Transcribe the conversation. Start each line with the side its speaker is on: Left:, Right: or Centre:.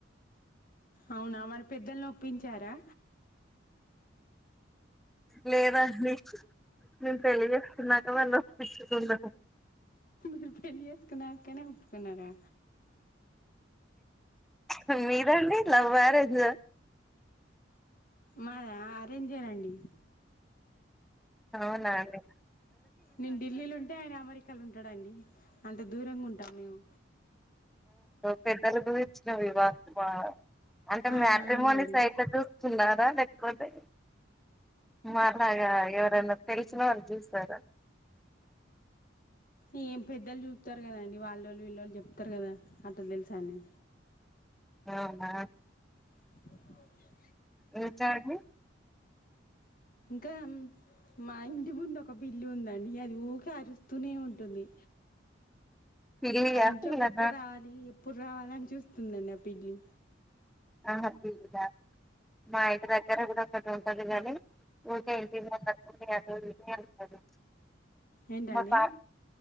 Left: అవునా మన పెద్దల్ని ఒప్పించారా
Centre: లేదాండి మేము పెళ్లిజేస్తున్నాక వాళ్ళు ఒప్పించుకున్నారు
Left: రు ఫళ్లిసుకున్నా కనా ఉప్పుకునారా
Centre: వు మీదండి లవ్ మ్యారేజ్
Left: మా అరేంజ్ జేయ్యనండి
Centre: అవునాండి
Left: నేను ఢిల్లీలు ఉంటే ఆయన అమరి క్కల్ ఉంటాడం అండి అంత దూరంగా ఉంటాం మేము
Centre: పెద్దల గు ఇచ్చిన వివాహ అంటే
Left: ఆ
Centre: మటమోని
Left: అవునండి
Centre: సైట్ల చూ స్తున్నారా లేకపోతే మలాగా ఎవరైనా తెలిసినా వాళ్ళు చూసారా
Left: ఏం పెద్దలు చూస్తారు కదండి వాళ్ళ వాళ్ళు వీళ్ళ వాళ్ళు చెప్తారు కదా అతలు తెలుసా అని
Centre: అవునా
Left: ద
Centre: వి చార్డి
Left: ఇంకా మా ఇంటి ముందు ఒక బిల్లు ఉందండి అది ఊక అరుస్తూనే ఉంటుంది
Centre: పిల్లియా
Left: అది ఇంట్లోకి
Centre: పిల్లనా
Left: ఎప్పుడు రావాలి ఎప్పుడు రావాలని చూస్తుందండి ఆ పిల్లి
Centre: ఆహా పిల్లా మా ఇంటి దగ్గర కూడా ఒకటు ఉంటలిగాలలి ఊకే ఇంటి ఇందింది అటు అరే
Left: ఏంటండి
Centre: మాపా